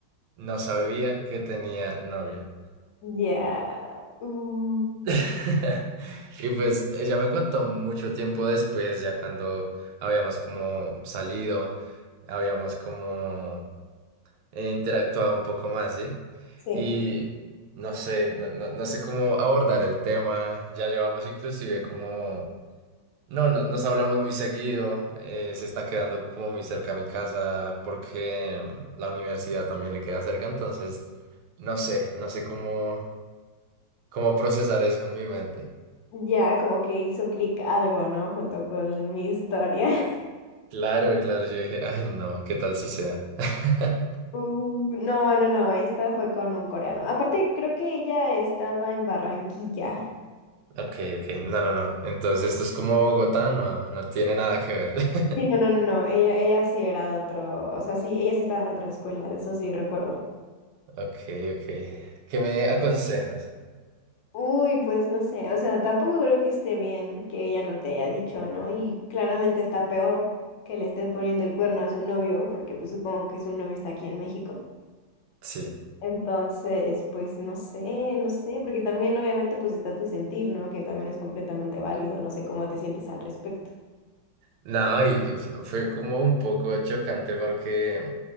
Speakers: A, on the right; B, on the left.
A: no sabía que tenía novio.
B: Ya. mm,
A: <laughs> Y pues ella me contó mucho tiempo después, ya cuando habíamos como salido, habíamos como eh, interactuado un poco más, ¿sí?
B: sí.
A: Y no sé, no, no, no sé cómo abordar el tema, ya llevamos inclusive como No, no- nos hablamos muy seguido. eh, se está quedando como muy cerca a mi casa porque mm, la universidad también le queda cerca. Entonces, no sé, no sé cómo, cómo procesar eso en mi mente.
B: Ya como que hizo clic algo, ¿no? Junto con mi historia. <laughs>
A: Claro, claro, yo dije, ay, no, ¿qué tal si sea? <laughs>
B: Mm, no, no, no. Esta fue con un coreano. Aparte, creo que ella estaba en Barranquilla.
A: Ok, ok, no, no, no. Entonces, esto es como Bogotá, no, no tiene nada que ver. <laughs>
B: Sí, no, no, no, no. Ella, ella sí era de otro, o sea, sí, ella sí estaba en otra escuela, de eso sí recuerdo.
A: Ok, ok. ¿Qué me aconsejas?
B: Uy, pues no sé, o sea, tampoco creo que esté bien que ella no te haya dicho, ¿no? Y claramente está peor que le esté poniendo el cuerno a su novio, porque pues supongo que su novio está aquí en México.
A: Sí.
B: Entonces, pues no sé, no sé, porque también obviamente pues está tu sentir, ¿no? Que también es completamente válido, no sé cómo te sientes al respecto.
A: No, y, y fu- fue como un poco chocante porque